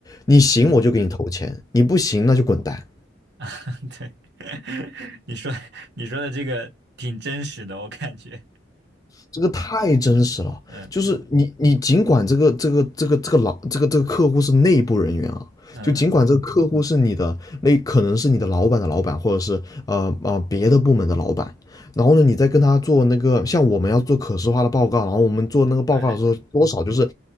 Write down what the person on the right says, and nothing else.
嗯，嗯
<laughs> 对，<laughs> 你说你说的这个挺真实的，我感觉，
嗯嗯
嗯嗯嗯，
对对对，